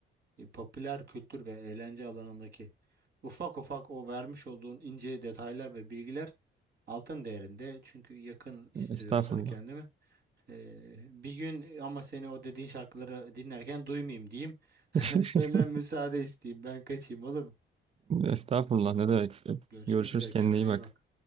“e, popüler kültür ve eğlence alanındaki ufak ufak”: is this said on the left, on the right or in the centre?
Right